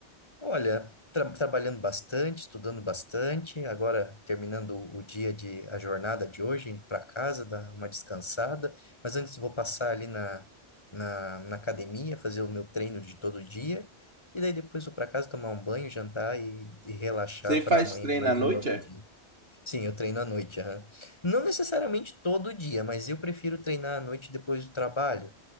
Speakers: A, on the left; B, on the right.
A: olha, tra- trabalhando bastante, estudando bastante, agora terminando o dia de a jornada de hoje, indo para casa, dar uma descansada, mas antes vou passar ali na, na, na academia, fazer o meu treino de todo dia, e daí depois vou para casa tomar um banho, jantar e, e relaxar
B: Você faz
A: para amanhã
B: treino
A: mais
B: à noite,
A: um novo
B: é?
A: dia. Sim, eu treino à noite. aham. Não necessariamente todo dia, mas eu prefiro treinar à noite depois do trabalho.